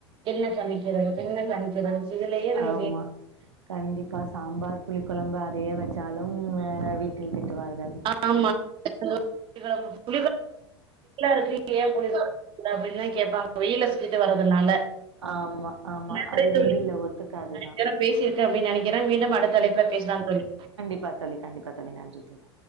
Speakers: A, on the right; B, on the right.
A: என்ன பண்ணிக்கறது என்ன பண்றது இதுலயே நம்ம
B: ஆமா.
A: வீ
B: கண்டிப்பா சாம்பார் புளி கொழம்பு அதயே வச்சாலு அ வீட்டில் திட்டுவார்கள்
A: அ ஆமா <unintelligible> வெயிலா இருக்கு இப்ப ஏ புளிக்கொழம்பு அப்டின்னு கேப்பாங்க வெயில்ல சுத்தி ட்டு வர்றதுனால
B: ஆமா, ஆமா.
A: நன்றி
B: அது
A: தோழி
B: வெயில்ல ஒத்துக்காதுதான்.
A: <inaudible> பேசிருக்க அப்டின் நெனைக்கிற மீண்டும் அடுத்த அழைப்புல பேசலாம் தோழி
B: ப்பா தோழி கண்டிப்பா தோழி நன்றி தோழி